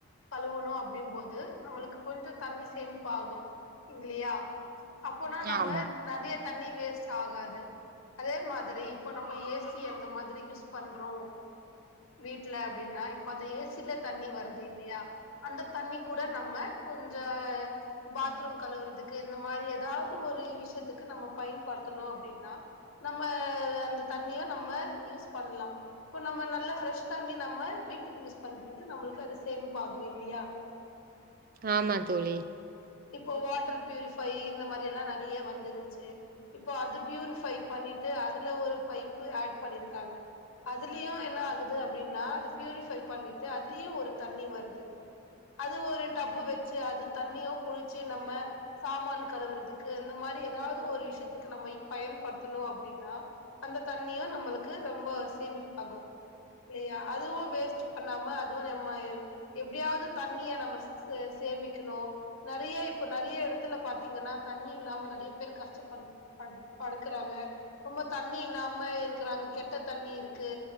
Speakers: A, on the left; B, on the right.
A: கழுவுணு அப்டின் போது இது நம்மளுக்கு கொஞ்ச தண்ணி சேமிப்பு ஆகு இல்லயா அப்போனா நம்ம
B: ஆமா
A: நெறைய தண்ணி வேஸ்டு ஆகாது அதே மாரி இப்ப நம்ப ஏ சி அந்த மாரி யூஸ் பண்றோம் வீட்டுல அப்டின்னா இப்ப அந்த ஏ சில தண்ணி வருது இல்லயா அந்த தண்ணி கூட நம்ம கொஞ்ச பாத்ரூம் கழுவுறதுக்கு இந்த மாரி ஏதாவது ஒரு விஷயத்துக்கு நம்ம பயன்படுத்தணும் அப்டின்னா நம்ம அந்த தண்ணியும் நம்ம யூஸ் பண்லா இப்ப நம்ம நல்ல ஃப்ரெஷ் தண்ணி நம்ம வீட்டுக்கு யூஸ் பண்றதுக்கு நம்மளுக்கு அது சேமிப்பு ஆகு இல்லியா
B: ஆமா தோழி
A: இப்போ வாட்டர் பியூரிஃபை இந்த மாரி எல்லா நெறைய வந்துருச்சு இப்போ அது பியூரிஃபை பண்ணிட்டு அதுல ஒரு பைப் ஆட் பண்ணிருக்காங்க அதுலயும் என்ன ஆகுது அப்டின்னா அது பியூரிஃபை பண்ணிட்டு அதுலயும் ஒரு தண்ணி வருது அது ஒரு டப்பு வச்சு அது தண்ணியும் புழிச்சு நம்ம சாமான் கழுவுறதுக்கு இந்த மாரி ஏதாவது ஒரு விஷயத்துக்கு நம்ம பயன்படுத்தோணம் அப்டின்னா அந்த தண்ணியும் நம்மளுக்கு ரெம்ப சேமிப்பாகும் இல்லியா அதுவும் வேஸ்டு பண்ணாம அதுவும் நம்ம அ எப்டியாவது தண்ணிய நம்ம சேமிக்கணும் நெறைய இப்ப நெறைய எடத்துல பாத்தீங்கன்னா தண்ணி இல்லாம நெறைய பேர் கஷ்டப்ப படுக்குறாங்க ரொம்ப தண்ணி இல்லாம இருக்கிறாங்க கெட்ட தண்ணி இருக்கு